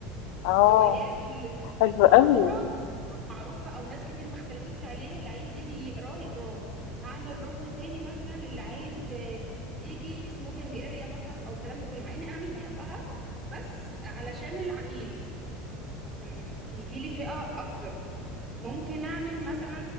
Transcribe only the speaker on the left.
اه
حلو
قوي